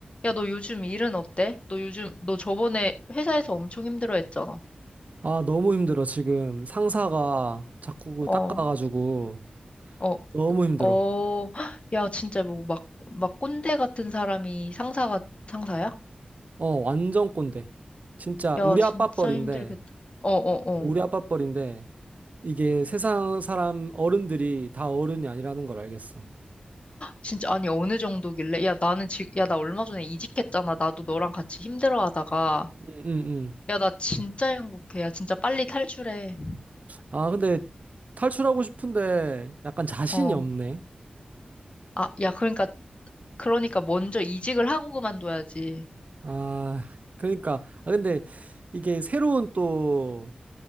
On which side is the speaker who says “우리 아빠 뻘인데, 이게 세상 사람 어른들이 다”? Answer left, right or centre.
Right